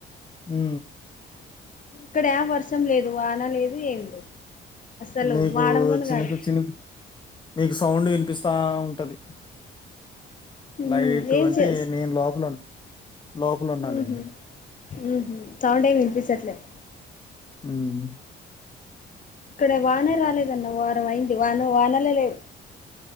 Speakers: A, on the left; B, on the left.
A: హు
B: ఇక్కడ వర్షం లేదు వానా లేదు ఏం లేదు అసలు
A: మీకు
B: మాడంగాను
A: చిన్నకు
B: కాలే
A: చిన్న నీకు సౌండ్ వినిపిస్తా ఉ ది
B: ఉమ్
A: లైట్
B: ఏం
A: అంటే
B: చేస్
A: నేను లోపల లోక్లు ఉన్నానండి
B: ఉహు ఉహు సౌండ్ ఏ వినిపిస్తలేదు
A: ఉమ్
B: ఇక్కడ వాన రాలేదన్న వారం అయింది వాన వానలే లేవు